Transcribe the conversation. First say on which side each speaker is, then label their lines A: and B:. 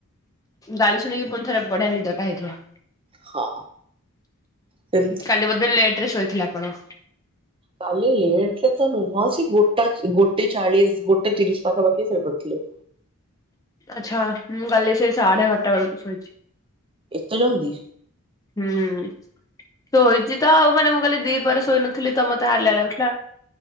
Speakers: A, on the left (about 15°); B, on the right (about 25°).
A: ଗାଳି ଶୁଣିକି ପୁଣିଥରେ ବଢ଼ିଆ ନିଦଟା ହେଇଥିବ।
B: ହଁ। ସେମିତି
A: କାଲି ବୋଧେ ଲେଟରେ ଶୋଇଥିଲେ ଆପଣ?
B: କାଲି ଲେଟରେ ତ ନୁହଁ। ସେ ଗୋଟା ଗୋଟେ ଚାଳିଶ ଗୋଟେ ତିରିଶ ପାଖାପାଖି ଶୋଇ ପଡ଼ିଥିଲି।
A: ଆଚ୍ଛା ମୁଁ କାଲି ସେ ସାଢ଼େ ବାରଟା ବେଳକୁ ଶୋଇଛି।
B: ଏତେ ଜଲଦି।
A: ହୁଁ ଶୋଇଛି ତ ଆଉ। ମାନେ ମୁଁ କାଲି ଦି ପହରେ ଶୋଇନଥିଲି ତ ମୋତେ ହାଲିଆ ଲାଗୁଥିଲା।